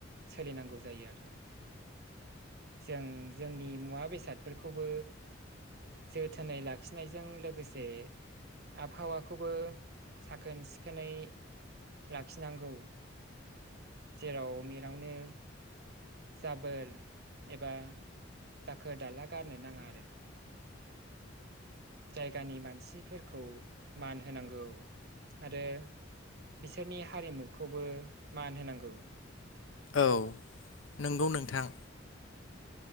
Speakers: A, on the right; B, on the left.
A: सोलिनांगौ जायो आरो। जों जोंनि मुवा बेसादफोरखौबो जोथोनै लाखिनायजों लोगोसे आबहावाखौबो साखोन सिखोनै लाखिनांगौ। जेराव मेरावनो जाबोर एबा दाखोर दाला गारनो नाङा आरो। जायगानि मानसिफोरखौ मान होनांगौ आरो बिसोरनि हारिमुखौबो मान होनांगौ।
B: औ नोंगौ नोंथां।